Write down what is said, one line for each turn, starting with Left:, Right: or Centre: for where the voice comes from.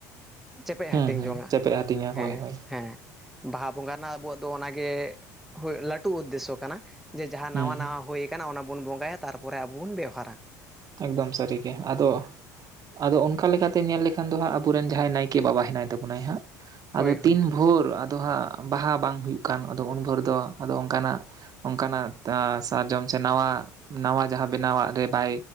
Centre: ᱪᱮᱯᱮᱡ
Right: ᱦᱩᱸ
Centre: ᱦᱟᱹᱴᱤᱧ
Right: ᱦᱩᱸ
Centre: ᱡᱚᱝᱼᱟ
Right: ᱪᱮᱯᱮᱫ ᱦᱟᱹᱴᱤᱧᱟ
Centre: ᱦᱮᱸ
Right: ᱦᱳᱭ ᱦᱳᱭ
Centre: ᱦᱮᱸ ᱵᱟᱦᱟ ᱵᱚᱸᱜᱟ ᱨᱮᱱᱟᱜ ᱟᱵᱚᱣᱟᱜ ᱛᱚ ᱚᱱᱟᱜᱮ ᱦᱳᱭ ᱞᱟᱹᱴᱩ ᱩᱫᱽᱫᱮᱥᱥᱚ ᱠᱟᱱᱟ ᱡᱮ ᱡᱟᱦᱟᱸ
Right: ᱦᱩᱸ
Centre: ᱱᱟᱣᱟ ᱱᱟᱣᱟ ᱦᱩᱭ ᱠᱟᱱᱟ ᱚᱱᱟ ᱵᱚᱱ ᱵᱚᱸᱜᱟᱭᱟ ᱛᱟᱨᱯᱚᱨᱮ ᱟᱵᱚ ᱵᱚᱱ ᱵᱮᱵᱟᱦᱟᱨᱟ᱾
Right: ᱮᱠᱫᱚᱢ ᱥᱟᱹᱨᱤ ᱜᱮ ᱟᱫᱚ ᱟᱫᱚ ᱚᱱᱠᱟ ᱞᱮᱠᱟᱛᱮ ᱧᱮᱞ ᱞᱮᱠᱷᱟᱱ ᱫᱚ ᱦᱟᱸᱜ ᱟᱵᱚᱨᱮᱱ ᱡᱟᱦᱟᱸᱭ ᱱᱟᱭᱠᱮ ᱵᱟᱵᱟ ᱦᱮᱱᱟᱭ ᱛᱟᱵᱚᱱᱟᱭ ᱦᱟᱸᱜ᱾
Centre: ᱦᱳᱭ
Right: ᱟᱫᱚ
Centre: ᱦᱳᱭ
Right: ᱛᱤᱱ ᱵᱷᱳᱨ ᱟᱫᱚ ᱦᱟᱸᱜ ᱵᱟᱦᱟ ᱵᱟᱝ ᱦᱩᱭᱩᱜ ᱠᱟᱱ ᱟᱫᱚ ᱩᱱ ᱵᱷᱳᱨ ᱫᱚ ᱟᱫᱚ ᱚᱱᱠᱟᱱᱟᱜ ᱚᱱᱠᱟᱱᱟᱜ ᱥᱟᱨᱡᱚᱢ ᱥᱮ ᱱᱟᱣᱟ ᱱᱟᱣᱟ ᱡᱟᱦᱟᱸ ᱵᱮᱱᱟᱣᱟᱜ ᱨᱮ ᱵᱟᱭ